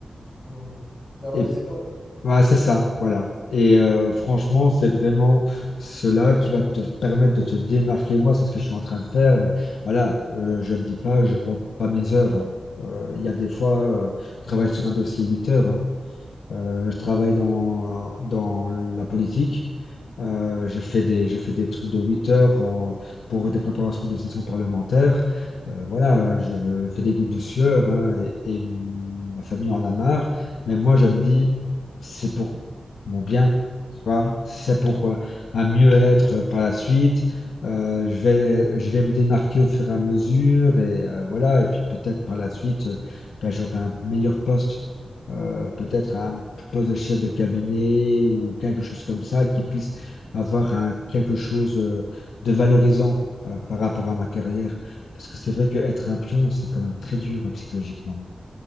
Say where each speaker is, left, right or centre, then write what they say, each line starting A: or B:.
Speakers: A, on the left (about 55°); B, on the left (about 80°).
A: Mhm. D'avoir
B: Et
A: les épaules.
B: Ouais, c'est ça, voilà. Et euh, franchement, c'est vraiment cela qui va te permettre de te démarquer. Moi, c'est ce que je suis en train de faire, mais voilà, euh, je ne te dis pas, je compte pas mes heures. hein. Euh, Il y a des fois, euh, je travaille sur un dossier huit heures. hein. Euh, je travaille dans, dans la politique. Euh,
A: Donc,
B: je fais des, je fais des trucs de 8 heures en- pour des préparations de sessions parlementaires. Euh, voilà, je fais des gouttes de sueur hein, et, et ma famille en a marre. Mais moi, je me dis, c'est pour mon bien, tu vois, c'est pour euh, un mieux-être par la suite. Euh, je vais, je vais me démarquer au fur et à mesure et euh, voilà. Et puis peut-être par la suite, euh, ben, j'aurai un meilleur poste euh, peut-être à un poste de chef de cabinet ou quelque chose comme ça, qui puisse avoir un, quelque chose euh, de valorisant euh, par rapport à ma carrière. Parce que c'est vrai qu'être un pion, c'est quand même très dur euh, psychologiquement.